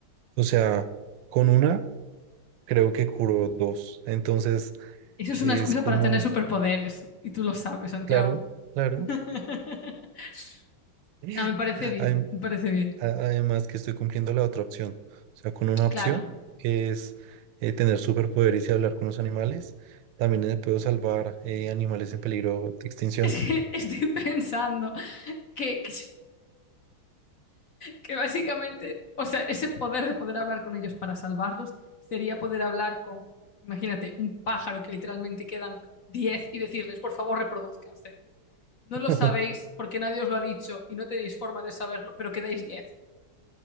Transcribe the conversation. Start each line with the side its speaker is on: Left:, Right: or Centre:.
Right: O sea, con una creo que curo dos. Entonces
Left: Eso es
Right: es
Left: una excusa
Right: como,
Left: para tener superpoderes. Y tú lo sabes, Santiago.
Right: claro, claro.
Left: <laughs>
Right: <laughs>
Left: No, me parece bien,
Right: Adem-
Left: me parece bien.
Right: a- Además que estoy cumpliendo la otra opción. O sea, con una opción
Left: Claro.
Right: que es eh, tener superpoderes y hablar con los animales, también eh, puedo salvar eh, animales en peligro de extinción.
Left: Es que estoy pensando que, que, si- que básicamente, o sea, ese poder de poder hablar con ellos para salvarlos sería poder hablar con, imagínate, un pájaro que literalmente quedan 10 y decirles, por favor, reproduzcanse. No
Right: <laughs>
Left: lo sabéis porque nadie os lo ha dicho y no tenéis forma de saberlo, pero quedáis 10.